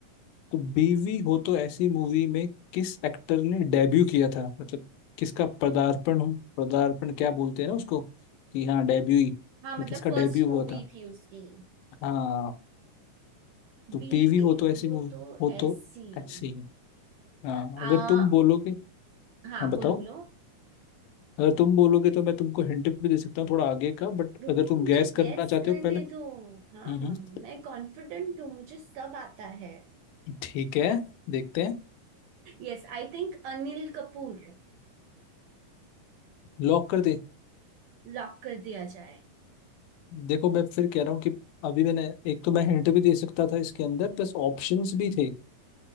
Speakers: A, on the left; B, on the right.
A: तो बीवी हो तो ऐसी मूवी में किस एक्टर ने डेब्यू किया था मतलब किसका पदार्पण हो पदार्पण क्या बोलते हैं ना उसको कि हाँ डेब्यू ही
B: हाँ
A: कि
B: मतलब
A: किसका
B: फर्स्ट
A: डेब्यू
B: मूवी
A: हुआ था
B: थी उसकी
A: हाँ तो
B: बीवी
A: बीवी हो तो ऐसी
B: वो
A: मूवी
B: तो
A: हो
B: ऐसी
A: तो ऐसी हाँ
B: आ
A: अगर तुम बोलोगे हाँ
B: हाँ
A: बताओ
B: बोलो बोलो
A: अगर तुम बोलोगे तो मैं तुमको हिंट भी दे सकता हूँ थोड़ा आगे का बट
B: रुको
A: अगर तुम
B: मुझे
A: गैस
B: गेस
A: करना चाहते
B: करने
A: हो पहले
B: दो
A: हम्म
B: हाँ हाँ
A: हम्म,
B: मैं कॉन्फिडेंट हूँ मुझे सब आता है
A: ठीक है देखते हैं
B: Yes I think Anil Kapoor
A: लॉक कर दे
B: Lock कर दिया जाए
A: देखो मैं फिर कह रहा हूँ कि अभी मैंने एक तो मैं हिंट भी दे सकता था इसके अंदर प्लस ऑप्शंस भी थे